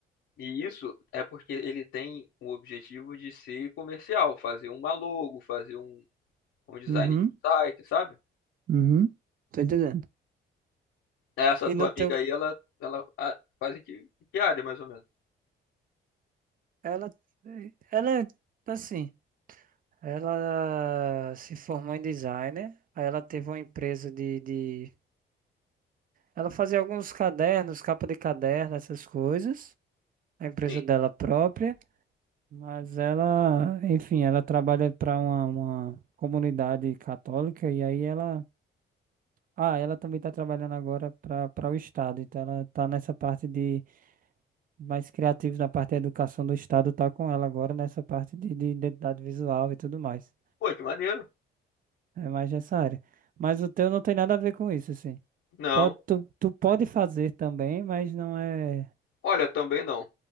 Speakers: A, on the left; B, on the right.
A: e isso é porque ele tem o objetivo de ser comercial, fazer uma logo, fazer um, um design
B: Uhum,
A: de um site, sabe?
B: uhum. Tô entendendo.
A: Essa tua
B: E no
A: amiga
B: teu.
A: aí, ela, ela ah, faz em que, em que área, mais ou menos?
B: Ela. Ela é assim. Ela se formou em designer. Aí ela teve uma empresa de, de... Ela fazia alguns cadernos, capa de caderno, essas coisas. A empresa
A: Sim.
B: dela própria. Mas ela, enfim, ela trabalha para uma, uma comunidade católica e aí ela. Ah, ela também está trabalhando agora para para o Estado, então ela está nessa parte de mais criativa na parte da educação do Estado, tá com ela agora nessa parte de, de identidade visual e tudo mais.
A: Pô, que maneiro.
B: É mais nessa área. Mas o teu não tem nada a ver com isso, assim.
A: Não.
B: Pode, tu, tu pode fazer também, mas não é.
A: Olha, também não.